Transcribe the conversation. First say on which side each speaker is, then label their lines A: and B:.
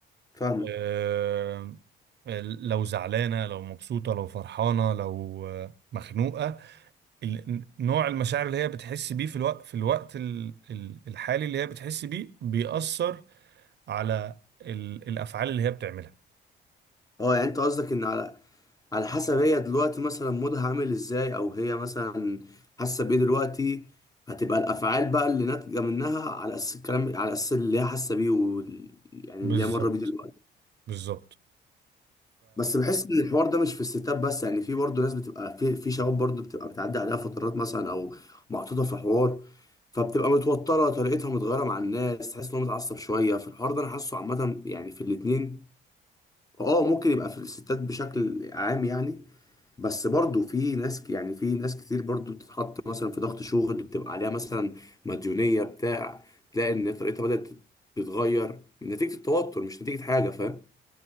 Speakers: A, on the left; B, on the right.
A: فاهمك
B: آه آه، لو زعلانه لو مبسوطه لو فرحانه لو آه، مخنوقه ال- نوع المشاعر اللي هي بتحس بيه في الوقت في الوقت ال- ال- الحالي اللي هي بتحس بيه بيأثر على ال- الافعال اللي هي بتعملها
A: اه يعني انت قصدك ان على على حسب هي دلوقتي مثلا مودها عامل ازاي او هي مثلا حاسه بيه دلوقتي هتبقى الافعال بقى اللي ناتجه منها على اساس الكلام على اساس اللي هي حاسه بيه وال... يعني
B: بالظبط
A: اللي هي مره بيه دلوقتي
B: بالظبط
A: بس بحس ان الحوار ده مش في الستات بس يعني في برضه ناس بتبقى في في شباب برضه بتبقى بتعدي عليها فترات مثلا او محطوطه في حوار فبتبقى متوتره طريقتها متغيره مع الناس تحس ان هو متعصب شويه فالحوار ده انا حاسه عامه يعني في الاتنين اه ممكن يبقى في الستات بشكل عام يعني بس برضو في ناس يعني في ناس كتير برضو بتتحط مثلا في ضغط شغل بتبقى عليها مثلا مديونية بتاع تلاقي ان طريقتها بدأت تتغير من نتيجة التوتر مش نتيجة حاجة فاهم؟